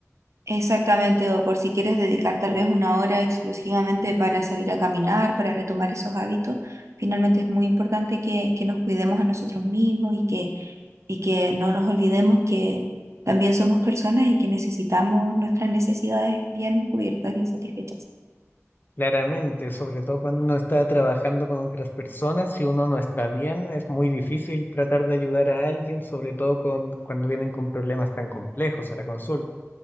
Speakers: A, on the right; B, on the left.
A: exactamente, o por si quieres dedicar tal vez una hora exclusivamente para salir a caminar, para retomar esos hábitos, finalmente es muy importante que, que nos cuidemos a nosotros mismos y que y que no nos olvidemos que también somos personas y que necesitamos nuestras necesidades bien cubiertas, bien satisfechas.
B: Claramente, sobre todo cuando uno está trabajando con otras personas, si uno no está bien, es muy difícil tratar de ayudar a alguien, sobre todo con, cuando vienen con problemas tan complejos a la consulta.